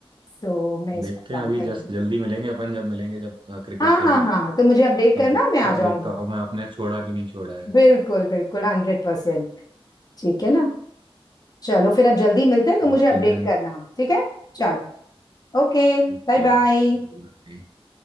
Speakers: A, on the left; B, on the right.
A: सो मैं इस
B: देखते
A: पर
B: हैं
A: काम
B: अभी
A: करूँ
B: जस्ट जल्दी मिलेंगे अपन जब मिलेंगे जब क्रिकेट
A: हाँ
B: खेलेंगे
A: हाँ हाँ तो मुझे अपडेट
B: तब
A: करना मैं आ
B: तब
A: जाऊंगी
B: देखता हूँ मैं आपने छोड़ा कि नहीं छोड़ा है
A: बिल्कुल बिल्कुल हंड्रेड परसेंट ठीक है ना चलो फिर अब जल्दी मिलते हैं तो मुझे
B: Okay
A: अपडेट
B: then
A: करना ठीक है चलो ओके
B: ओके
A: Bye bye